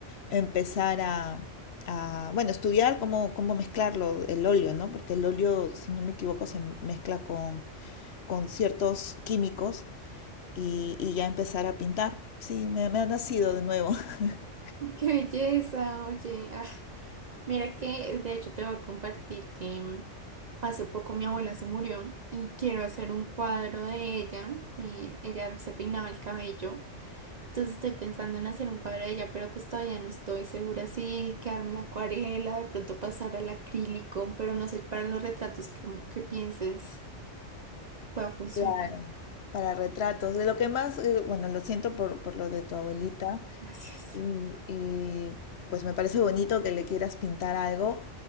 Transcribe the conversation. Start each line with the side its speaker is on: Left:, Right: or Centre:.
Left: empezar a, a, bueno, estudiar cómo, cómo mezclarlo, el óleo, ¿no? Porque el óleo, si no me equivoco, se mezcla con, con ciertos químicos y, y ya empezar a pintar. Sí, me, me ha nacido de nuevo. <laughs>
Right: Qué belleza, oye. Ah, mira que, de hecho, te voy a compartir que mm, hace poco mi abuela se murió y quiero hacer un cuadro de ella. Y ella se peinaba el cabello. Entonces estoy pensando en hacer un cuadro de ella, pero pues todavía no estoy segura si quedarme la acuarela, de pronto pasar al acrílico, pero no sé para los retratos como que pienses que pueda funcionar.
Left: Claro. Para retratos. De lo que más, eh, bueno, lo siento por, por lo de tu abuelita.
Right: Gracias.
Left: Y, y, pues me parece bonito que le quieras pintar algo.